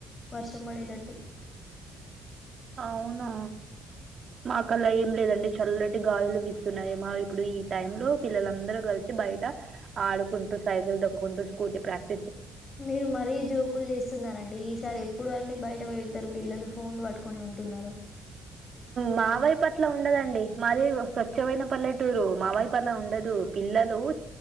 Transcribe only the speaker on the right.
అవునా మాకు అలా ఏం లేదండి చల్లటి గాలులు వీస్తున్నాయి మా ఇప్పుడు ఈ టైం లో పిల్లలందరూ కలిసి బయట ఆడుకుంటూ సై కు స్ూ ప్ర <unintelligible>
మావైపు అట్ల ఉండదండి మాది స్వచ్ఛమైన పల్లెటూరు మావైపు అట్ల ఉండదు పిల్లలు